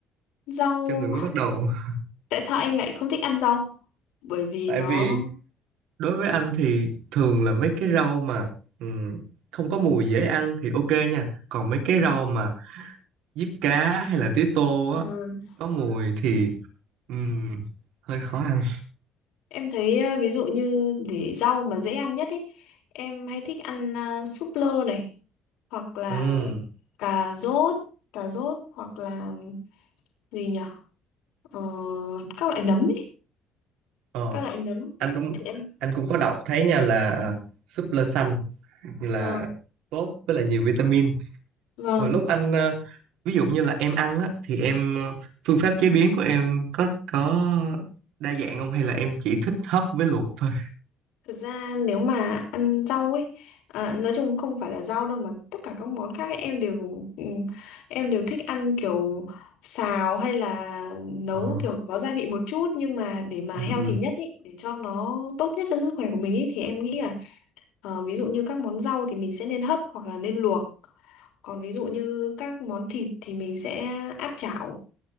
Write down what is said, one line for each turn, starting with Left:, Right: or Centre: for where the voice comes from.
Left: rau,
Right: cho người mới bắt đầu không?
Left: tại sao anh lại không thích ăn rau? Bởi vì
Right: tại
Left: nó
Right: vì đối với anh thì thường là mấy cái rau mà ừm, không có mùi dễ ăn thì ok nha còn mấy cái rau mà diếp cá hay là tía tô
Left: ừ,
Right: á có mùi thì ừm, hơi khó ăn
Left: Em thấy ờ, ví dụ như để rau mà dễ ăn nhất ấy, em hay thích ăn ờ, súp lơ này hoặc là
Right: Ừm,
Left: cà rốt, cà rốt hoặc là gì nhở Ờ, các loại nấm ấy,
Right: ờ,
Left: các loại nấm
Right: anh đúng
Left: thì em
Right: anh cũng có đọc thấy nha là ờ, súp lơ xanh là
Left: vâng
Right: tốt với là nhiều vitamin
Left: vâng
Right: hồi lúc anh ờ, ví dụ như là em ăn á thì em ờ, phương pháp chế biến của em có có đa dạng không hay là em chỉ thích hấp với luộc thôi
Left: Thực ra nếu mà ăn rau ấy à, nói chung không phải là rau đâu mà tất cả các món khác ấy, em đều ừm, em đều thích ăn kiểu xào hay là nấu
Right: Ờ,
Left: kiểu có gia vị một chút nhưng mà để mà
Right: ừ,
Left: healthy
Right: ừ.
Left: nhất ý, để cho nó tốt nhất cho sức khỏe của mình ý, thì em nghĩ là ờ, ví dụ như các món rau thì mình sẽ nên hấp hoặc là nên luộc còn ví dụ như các món thịt thì mình sẽ áp chảo